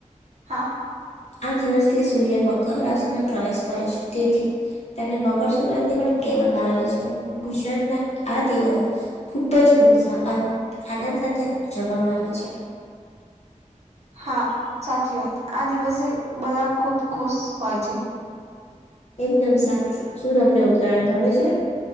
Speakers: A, on the right; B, on the left.
A: હા.
B: આ દિવસથી સૂર્ય મકર રાશિમાં પ્રવેશ કરે છે તેથી. તેને મકરસક્રાંતિ પણ કહેવામાં આવે છે ગુજરાતમાં આ દિવસ. ખુબ જ ઉત્સાહ અને આનંદ સાથે ઉજવવામાં આવે છે.
A: હા સાચી વાત આ દિવસે બધા ખુબ ખુશ હોય છે.
B: એકદમ સાચું શું તમને ઉત્તરાયણ ગમે છે.